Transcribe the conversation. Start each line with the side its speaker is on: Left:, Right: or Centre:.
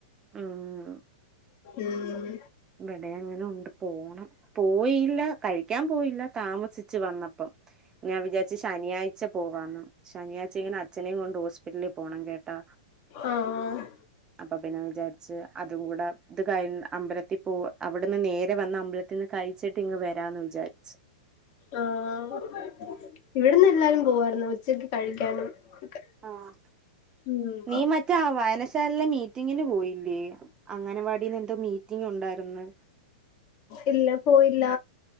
Right: ഉം
Left: ഉം
Right: ഇവിടെ അങ്ങനെ ഉണ്ട് പോണം പോയില്ല കഴിക്കാൻ പോയില്ല താമസിച്ചു വന്ന പ്പം ഞാൻ വിചാരിച്ച് ശനിയായി ച്ച പോകാന്ന് ശനിയാഴ്ച്ച ഇങ്ങനെ അച്ഛനേം കൊണ്ട് ഹോസ്പിറ്റലിൽ പോണം കേട്ടാ
Left: ആഹ് ആഹ്
Right: അപ്പൊ പിന്നെ വിചാരിച്ച് അതും കൂടെ ഇത് കയി അമ്പലത്തി പോ അവിട്നിന്ന് നേരെ വന്ന് അമ്പലത്തിന്ന് കഴിച്ചിട്ട് ഇങ്ങ് വരാന്ന് വിചാരിച്ച്.
Left: ആഹ് ഇവിടിന്ന് എല്ലാരും പോവാർന്നു ഉച്ചക്ക് കഴിക്കാനും ഒക്കെ.
Right: ആഹ്
Left: ഉം
Right: നീ മറ്റേ വായനശാലയിലെ മീറ്റിങ്ങിന് പോയില്ലേ അംഗനവാടിന്ന് എന്തോ മീറ്റിംഗ് ഉണ്ടായിർന്ന്
Left: ഇല്ല പോയില്ല